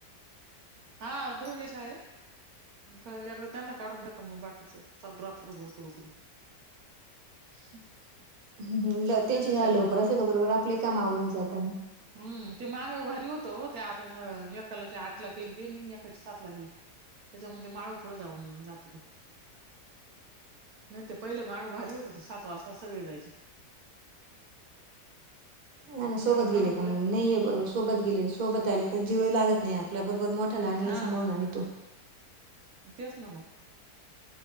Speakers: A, on the right; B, on the right.
A: हा, दोघे शाळेत का एकदा त्यांना काढून दाखवा मग बाकीचं, चाल रात्र कुडू कुडू कुडू. <unintelligible>
B: हम त्यांच्या
A: त्यांना
B: शाळा
A: शाळेत
B: लवकर
A: जाऊ
B: असल्या का बरोबर आपले ही काम आवरून जातान.
A: हम्म, ते माग भारी होतं ओ, त्या आता एकालाची आठ ला गेली आणि एकाची सात ला गेली. त्याच्यामध्ये मागं- पुढं जाऊन जात ते.
B: <inaudible>
A: नाही ते पहिले मागं भारी होतं ते, सात वाजताच सगळे जायचे.
B: हा ना
A: मग
B: सोबत
A: एकदा
B: गेले
A: काढून
B: का
A: दिलं
B: मग, नाहीे
A: नाही
B: बरोबर सोबत गेले सोबत आले का जीवय लागत नाही आपला, बरोबर मोठा लहानाला
A: हा
B: सांभाळून आणितो.
A: तेच ना मग.